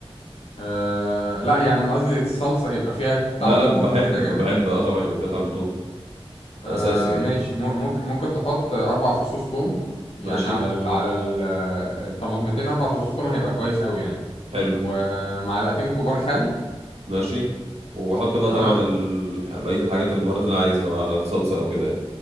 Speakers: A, on the left (about 75°); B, on the right (about 90°).
A: آه لا يعني انا قصدي الصلصة يبقى فيها
B: لا
A: طعم
B: لا
A: توم
B: بحب
A: كده
B: بحب
A: جامد
B: اه طبعا يبقى فيها طعم توم
A: آه
B: ده اساسي يعني
A: ماشي م- ممكن ممكن تحط اربع فصوص توم يعني
B: ماشي
A: على ال على ال الطماطمتين اربع فصوص توم هيبقى كويس قوي يعني
B: حلو
A: ومعلقتين كبار خل
B: ماشي واحط بقى
A: تمام
B: طبعا ال... بقيه الحاجات البهارات اللي عايزها بقى على الصلصه او كده يعني